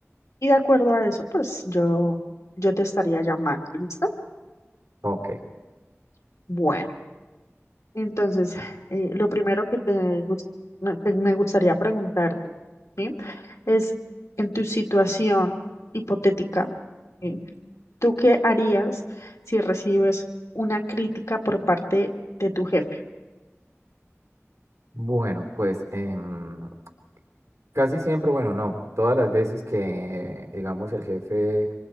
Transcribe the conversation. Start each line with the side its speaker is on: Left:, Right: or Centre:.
Left: y de acuerdo a eso pues yo, yo te estaría llamando, ¿listo?
Right: Ok,
Left: Bueno, entonces eh, lo primero que te, gus- me te- me gustaría preguntarte, ¿sí? Es en tu situación hipotética, ¿sí? ¿Tú qué harías si recibes una crítica por parte de tu jefe?
Right: bueno, pues em, casi siempre, bueno, no, todas las veces que, digamos, el jefe